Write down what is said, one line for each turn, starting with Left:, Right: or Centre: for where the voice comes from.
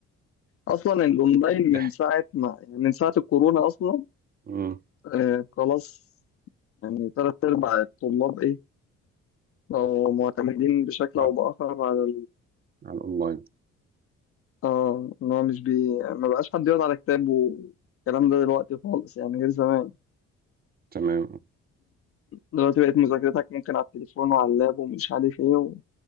Left: أصلا الأونلاين من
Right: اح-
Left: ساعة ما يعني من ساعة الكورونا أصلا
Right: مم.
Left: آه خلاص يعني تلات أرباع الطلاب إيه بقوا معتمدين بشكل
Right: على
Left: أو بآخر على
Right: على الأونلاين
Left: اه ان هو مش بي ما بقاش حد يقعد على كتاب والكلام ده دلوقتي خالص يعني غير زمان
Right: تمام
Left: دلوقتي بقت مذاكرتك ممكن على التليفون وعلى اللاب ومش عارف ايه و...